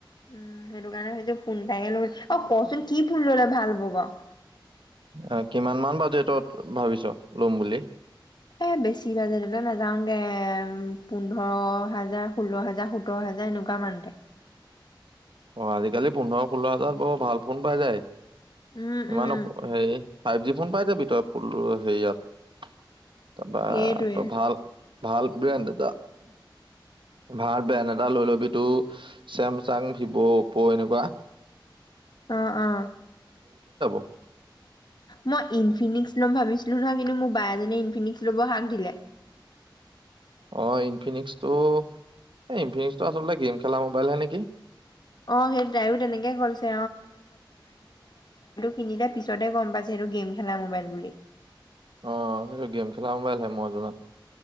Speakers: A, on the left; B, on the right.
A: উম সেইটো কাৰণে হয়তো ফোন তায়ে লৈ অ কচোন কি ফোন ললে ভাল হ'ব বাৱ
B: আহ, কিমান মান বাজেটত ভাবিছ লম বুলি
A: এ বেছি বাজেটলে নাযাওঁগে পোন্ধৰ হাজাৰ ষোল্ল হাজাৰ সোতৰ হাজাৰ এনেকুৱা মানতে
B: অ আজিকালি পোন্ধৰ ষোল্ল হাজাৰ বৰ ভাল ফোন পাই যায়
A: উম
B: ইমানো
A: উম
B: হেৰি ফাইভ জি ফোন পাই যাবি পোন্ধৰ সেইয়াত তাৰপা
A: সেইটোৱে
B: তো ভাল। ভাল ব্ৰেণ্ড এটা। ভাল ব্ৰেণ্ড এটা লৈ ল'বি তইও চেমচাং, ভিভ', অপ্প' এনেকুৱা।
A: অ' অ'।
B: <inaudible>
A: মই ইনফিনিক্স লম ভাবিছিলো নহয়, কিন্তু মোক বা এজনীয়ে ইনফিনিক্স লব হাক দিলে।
B: অ' ইনফিনিক্সটো, এই ইনফিনিক্সটো আচলতে গেম খেলা মবাইলহে নেকি।
A: অ সেই তাইও তেনেকে কৈছে তিনিটাৰ পিছতহে গম পাইছো সেইটো গেম খেলা মোবাইল বুলি।
B: অ সেইটো গেম খেলা মোবাইলহে মই জনাত।